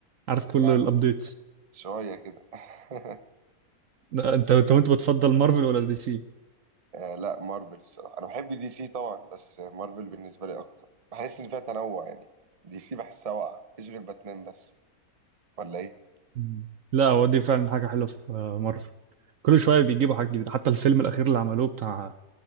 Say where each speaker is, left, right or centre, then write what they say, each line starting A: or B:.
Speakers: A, on the right; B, on the right.
A: عارف كل
B: يعني
A: الأبديتس
B: شوية كده <laughs>
A: لا أنت أنت وأنت بتفضل مارفل ولا دي سي؟
B: آه لا مارفل الصراحة أنا بحب دي سي طبعا بس مارفل بالنسبة لي أكتر بحس إن فيها تنوع يعني دي سي بحسها واقعة مفيش غير باتمان بس ولا إيه؟
A: مم. لا هو دي فعلا حاجة حلوة في آه، مارفل كل شوية بيجيبوا حاجة جديدة حتى الفيلم الأخير اللي عملوه بتاع